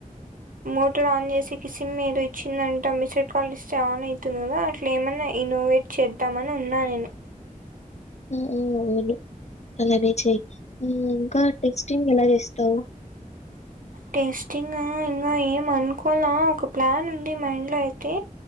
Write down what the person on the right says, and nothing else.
మోటర్ ఆన్ చేసేకి సిమ్ ఏదో ఇచ్చిందంటే మిస్డ్ కాల్ ఇస్తే ఆన్ అవుతుంది కదా అట్లా ఏమన్నా ఇన్నోవేట్ చేద్దామని అనున్నా నేను
టేస్టింగ్ ఇంకా ఏమనుకోల ఒక ప్లాన్ ఉంది మైండ్లో అయితే